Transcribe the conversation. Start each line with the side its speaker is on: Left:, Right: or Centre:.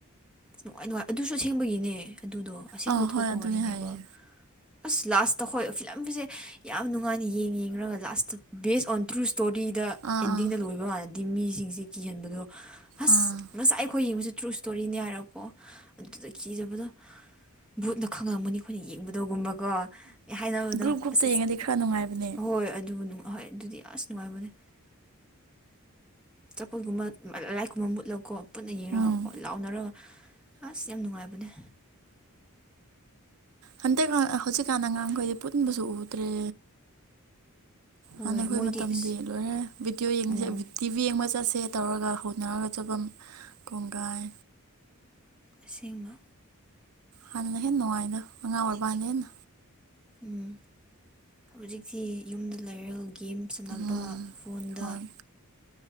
Centre: ꯅꯨꯡꯉꯥꯏ ꯅꯨꯡꯉꯥꯏ ꯑꯗꯨꯁꯨ ꯑꯁꯦꯡꯕꯒꯤꯅꯦ ꯑꯗꯨꯗꯣ ꯑꯁꯦꯡꯕ
Right: ꯑꯥ ꯍꯣꯏ
Centre: ꯊꯣꯛꯄ
Right: ꯑꯗꯨꯅꯦ
Centre: ꯋꯥꯔꯤꯅꯦꯕ
Right: ꯍꯥꯏꯌꯦ
Centre: ꯑꯁ ꯂꯥꯁꯇ ꯍꯣꯏ ꯐꯤꯂꯝꯁꯦ ꯌꯥꯝ ꯅꯨꯡꯉꯥꯏꯅ ꯌꯦꯡ ꯌꯦꯡꯔꯒ ꯂꯥꯁꯇ ꯕꯦꯖ ꯑꯣꯟ ꯇ꯭ꯔꯨ ꯁ ꯇꯣꯔꯤꯗ
Right: ꯑꯥ
Centre: ꯑꯦꯟꯗꯤꯡꯗ
Right: ꯑꯥ
Centre: ꯂꯣꯏꯕ ꯀꯥꯟꯗꯗꯤ ꯃꯤꯁꯤꯡꯁ‌ꯩ ꯀꯤꯍꯟꯕꯗꯣ ꯍꯁ
Right: ꯑꯥ
Centre: ꯉꯁꯥꯏ ꯈꯣꯏ ꯌꯦꯡꯕꯁꯤ ꯇ꯭ꯔꯨ ꯏꯁꯇꯣꯔꯤꯅꯤ ꯍꯥꯏꯔꯄꯣ ꯑꯗꯨꯗ ꯀꯤꯖꯕꯗꯣ ꯕꯨꯠꯅ ꯈꯪꯉꯝꯒꯅꯤ ꯑꯩꯈꯣꯏꯅ ꯌꯦꯡꯕꯗ‌ꯣ ꯒꯨꯝꯕꯀꯣ ꯍꯥꯏꯅꯕꯗ‌ꯣ
Right: ꯒ꯭ꯔꯨꯞ ꯒ꯭ꯔꯨꯞꯇ
Centre: ꯑꯁ ꯑꯁ
Right: ꯌꯦꯡꯉꯗꯤ ꯈꯔ ꯅꯨꯡꯉꯥꯏꯕꯅꯦ
Centre: ꯑꯍꯣꯏ ꯑꯗꯨ ꯅꯨꯡ ꯑꯍꯣꯏ ꯑꯗꯨꯗꯤ ꯑꯁ ꯅꯨꯡꯉꯥꯏꯕꯅꯦ ꯆꯄꯜꯒꯨꯝꯕ ꯂ ꯂꯥꯏꯠꯀꯨꯝꯕ ꯃꯨꯠꯂꯀꯣ ꯄꯨꯟꯅ ꯌꯦꯡꯉꯒꯀꯣ
Right: ꯎꯝ
Centre: ꯂꯥꯎꯅꯔ ꯑꯁ ꯌꯥꯝ ꯅꯨꯡꯉꯥꯏꯕꯅꯦ
Right: ꯍꯟꯗꯛ ꯑ ꯍꯧꯖꯤꯛꯀꯥꯟꯅ ꯉꯥꯡꯈꯩꯗꯤ ꯄꯨꯟꯕꯁꯨ ꯎꯗ꯭ꯔꯦ
Centre: ꯍꯣꯏ
Right: ꯍꯥꯟꯅ ꯑꯩꯈꯣꯏ
Centre: ꯃꯣꯏꯗꯤ
Right: ꯃꯇꯝꯗꯤ
Centre: ꯑꯁ
Right: ꯂꯣꯏꯔ‌ꯦ ꯕꯤꯗꯤꯑꯣ ꯌꯦꯡꯁꯦ
Centre: ꯎꯝ
Right: ꯚꯤꯠ ꯇꯤ ꯚꯤ ꯌꯦꯡꯕ ꯆꯠꯁꯦ ꯇꯧꯔꯒ ꯍꯧꯅꯔꯒ ꯆꯠꯄꯝ ꯀꯣꯡꯒꯥꯏ꯫
Centre: ꯑꯁꯦꯡꯕ꯫
Right: ꯍꯥꯟꯅ ꯍꯦꯟꯅ ꯅꯨꯡꯉꯥꯏꯗ ꯑꯉꯥꯡ ꯑꯣꯏꯕꯀꯥꯟꯅ ꯍꯦꯟꯅ꯫
Centre: ꯎꯝ ꯍꯧꯖꯤꯛꯇꯤ ꯌꯨꯝꯗ ꯂꯩꯔꯒ ꯒꯦꯝ ꯁꯥꯟꯅꯕ
Right: ꯎꯝ
Centre: ꯐꯣꯟꯗ꯫
Right: ꯍꯣꯏ